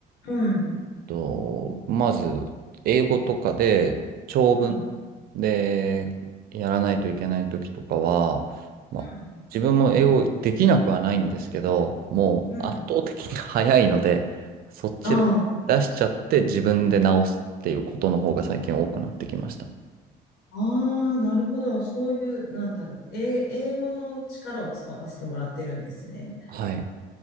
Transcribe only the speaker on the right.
と、まず、英語とかで長文
でやらないといけない時とかは、まあ、
自分も英語できなくはないんですけど、もう圧倒的に早いので、
そっちで出しちゃって自分で直すっていうことの方が最近多くなってきました。
はい。